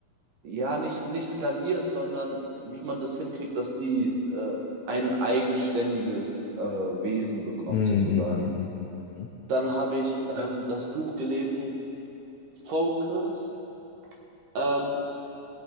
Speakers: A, on the right; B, on the left.
A: ja, nicht, nicht skaliert, sondern wie man das hinkriegt, dass die äh, ein eigenständiges äh, Wesen bekommen,
B: Mhm,
A: sozusagen.
B: mhm, mhm, mhm.
A: Dann habe ich ähm, das Buch gelesen, Focus. Ähm,